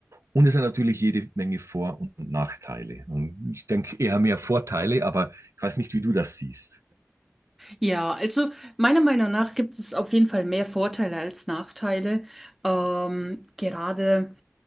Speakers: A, on the right; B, in the centre.
A: und es hat natürlich jede Menge Vor- und Nachteile. Und ich denke eher mehr Vorteile, aber ich weiß nicht, wie du das siehst.
B: ja. Also meiner Meinung nach gibt es auf jeden Fall mehr Vorteile als Nachteile. Ähm, gerade